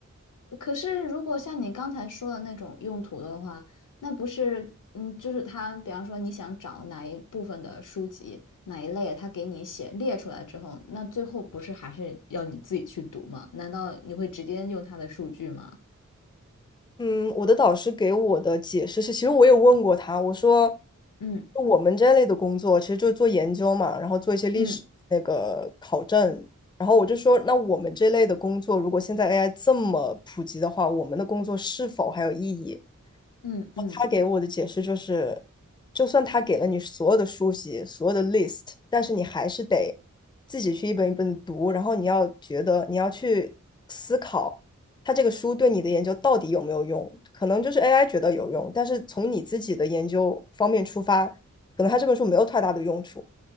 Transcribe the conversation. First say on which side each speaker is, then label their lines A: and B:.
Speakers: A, on the left; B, on the left.
A: 可是，如果像你刚才说的那种用途的话，那不是，嗯，就是他，比方说你想找哪一部分的书籍，哪一类，他给你写列出来之后，那最后不是还是要你自己去读吗？难道你会直接用他的数据吗？
B: 嗯，我的导师给我的解释是，其实我有问过他，我说，
A: 嗯
B: 我们这类的工作其实就是做研究嘛，然后做一些历史那个考证，
A: 嗯
B: 然后我就说，那我们这类的工作，如果现在 AI 这么普及的话，我们的工作是否还有意义？
A: 嗯嗯
B: 他给我的解释就是，就算他给了你所有的书籍、所有的 list，但是你还是得自己去一本一本地读，然后你要觉得你要去思考，它这个书对你的研究到底有没有用？可能就是 AI 觉得有用，但是从你自己的研究方面出发，可能它这本书没有太大的用处，